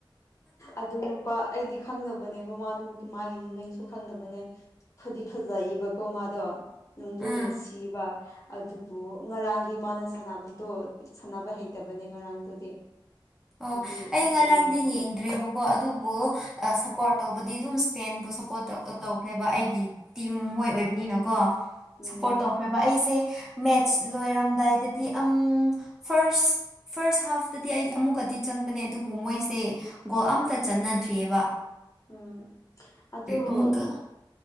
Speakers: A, on the left; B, in the centre.
A: ꯑꯗꯨ ꯅꯞ ꯄꯥ ꯑꯩꯗꯤ ꯈꯪꯗꯕꯅꯦꯕ ꯃꯥꯅ ꯃꯥꯒꯤ ꯃꯃꯤꯡꯁꯨ ꯈꯪꯗꯕꯅꯦ ꯐꯗꯤ ꯐꯖꯌꯦꯕꯀꯣ ꯃꯥꯗꯣ ꯅꯨꯡꯗꯨ
B: ꯑꯥ
A: ꯅꯨꯡꯁꯤꯕ ꯑꯗꯨꯕꯨ ꯉꯔꯥꯡꯗꯤ ꯃꯥꯅ ꯁꯥꯟꯅꯕꯗꯣ ꯁꯥꯟꯅꯕ ꯍꯩꯇꯕꯅꯦ ꯉꯔꯥꯡꯗꯨꯗꯤ
B: ꯑꯣ
A: ꯍꯥꯏꯗꯤ
B: ꯑꯩ ꯉꯔꯥꯡꯗꯤ
A: ꯕꯣꯜ ꯂꯧꯕꯒꯨꯝ
B: ꯌꯦꯡꯗ꯭ꯔꯦꯕꯣ ꯀꯣ ꯑꯗꯨꯕꯨ ꯑꯥ ꯁꯞꯄꯣꯔꯠ ꯇꯧꯕꯗꯤ ꯑꯗꯨꯝ ꯁꯄꯦꯟꯕꯨ ꯁꯞꯄꯣꯔꯠ ꯇꯧꯈ꯭ꯔꯦꯕ ꯑꯩꯒꯤ ꯇꯤꯝ
A: ꯎꯝ
B: ꯃꯣꯏ ꯑꯣꯏꯕꯅꯤꯅꯀꯣ
A: ꯎꯝ
B: ꯁꯞꯄꯣꯔꯠ ꯇꯧ ꯈ꯭ꯔꯦꯕ ꯑꯩꯁꯦ ꯃꯦꯠꯁ ꯂꯣꯏꯔꯝꯗꯥꯏꯗꯗꯤ ꯑꯪ ꯐꯥꯔꯁ ꯐꯔꯥꯁ ꯍꯥꯐꯇꯗꯤ ꯑꯩ ꯑꯃꯨꯛꯀꯗꯤ ꯆꯪꯕꯅꯦ ꯑꯗꯨꯕꯨ ꯃꯣꯏꯁꯦ ꯒꯣꯜ ꯑꯝꯇ ꯆꯠꯅꯗ꯭ꯔꯤꯌꯦꯕ
A: ꯎꯝ ꯑꯗꫭ
B: ꯑꯃꯨꯛꯀ